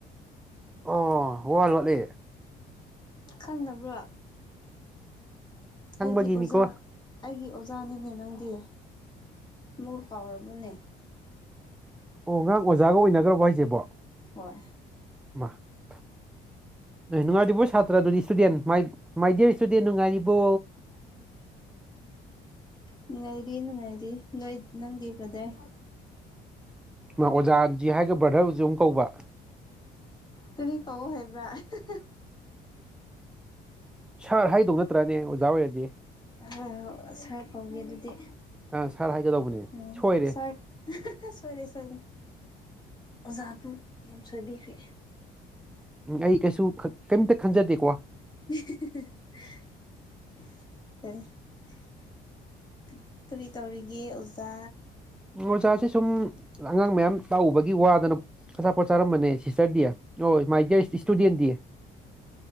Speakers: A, in the centre; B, on the left.
A: ꯑꯣ ꯋꯥ ꯂꯣꯠꯂꯦ
B: ꯈꯪꯅꯕ꯭ꯔꯣ
A: ꯈꯪꯕꯒꯤꯅꯤꯀꯣ
B: ꯑꯩꯒꯤ ꯑꯣꯖꯥ ꯑꯩꯒꯤ ꯑꯣꯖꯥꯅꯤꯅꯦ ꯅꯪꯗꯤ ꯑꯃꯨꯛ ꯀꯥꯎꯔꯕꯅꯦ
A: ꯑꯣ ꯉꯉꯔꯥꯡ ꯑꯣꯖꯥꯒ ꯑꯣꯏꯅꯈ꯭ꯔꯕꯣ ꯍꯥꯏꯁꯦꯕꯣ
B: ꯍꯣꯏ
A: <inaudible> ꯅꯨꯡꯉꯥꯏꯔꯤꯕꯣꯏ ꯁꯥꯇ꯭ꯔ ꯑꯗꯨꯗꯤ student my my dear student ꯅꯨꯡꯉꯥꯏꯔꯤꯕꯣ
B: ꯅꯨꯡꯉꯥꯏꯔꯤ ꯅꯨꯡꯉꯥꯏꯔꯤ ꯅꯣꯏ ꯅꯪꯗꯤ ꯕ꯭ꯔꯗꯔ
A: ꯑꯣꯖꯥꯖꯤ ꯍꯥꯏꯒ ꯕ꯭ꯔꯙꯔꯕꯨꯁꯨ ꯑꯃ ꯀꯧꯕ
B: ꯀꯔꯤ ꯀꯧ ꯍꯥꯏꯕ꯭ꯔꯥ <unintelligible>
A: ꯁꯥꯔ ꯍꯥꯏꯗꯧ ꯅꯠꯇ꯭ꯔꯅꯦ ꯑꯣꯖꯥ ꯑꯣꯏꯔꯗꯤ
B: <unintelligible> ꯁꯥꯔ ꯀꯧꯒꯦ ꯑꯗꯨꯗꯤ
A: ꯑ ꯁꯥꯔ ꯍꯥꯏꯒꯗꯧꯕꯅꯦ
B: ꯎ
A: ꯁꯣꯏꯔꯦ
B: ꯁꯥꯔ <unintelligible> ꯁꫭꯏꯔꯦ ꯁꫭꯏꯔꯦ ꯑꯣꯖꯥꯕꯨꯨ ꯌꯥꯝ ꯁꯣꯏꯕꯤꯈ꯭ꯔꯦ
A: ꯎꯝ ꯑꯩ ꯀꯩꯁꯨ ꯀꯩꯝꯇ ꯈꯟꯖꯗꯦꯀꯣ
B: <unintelligible> ꯀꯔꯤ ꯇꯧꯔꯤꯒꯦ ꯑꯣꯖꯥ
A: ꯑꯣꯖꯥꯁꯦ ꯁꯨꯝ ꯑꯉꯥꯡ ꯃꯌꯥꯝ ꯂꯥꯛꯎꯕꯒꯤ ꯋꯥꯗꯅ ꯑꯆꯥꯄꯣꯠ ꯆꯥꯔꯝꯕꯅꯦ ꯁꯤꯁꯇꯔꯗꯤ ꯑꯣ ꯃꯥꯏꯖ ꯏꯁꯇꯨꯗꯦꯟꯗꯤ